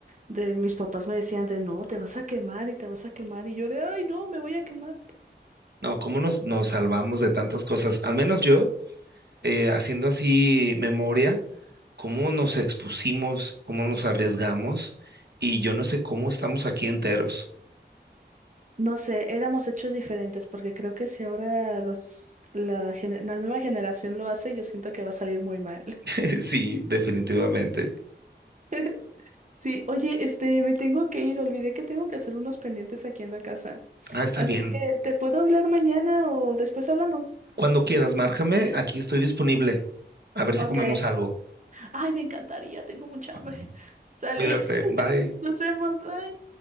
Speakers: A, on the right; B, on the right.
A: De mis papás me decían de, no, te vas a quemar y te vas a quemar y yo de, ay, no, me voy a quemar.
B: No, ¿cómo nos, nos salvamos de tantas cosas? Al menos yo, eh, haciendo así memoria, cómo nos expusimos, cómo nos arriesgamos, y yo no sé cómo estamos aquí enteros.
A: No sé, éramos hechos diferentes, porque creo que si ahora los, la, gene- la nueva generación lo hace, yo siento que va a salir muy mal.
B: <laughs> Sí, definitivamente.
A: <laughs> Sí, oye, este, me tengo que ir, olvidé que tengo que hacer unos pendientes aquí en la casa.
B: Ah, está
A: Así
B: bien.
A: que, ¿te puedo hablar mañana o después hablamos?
B: Cuando quieras, márcame, aquí estoy disponible. A ver
A: Ok.
B: si comemos algo.
A: Ay, me encantaría, tengo mucha hambre.
B: Ujú.
A: <laughs> Sale,
B: Cuídate, bye.
A: nos vemos, bye.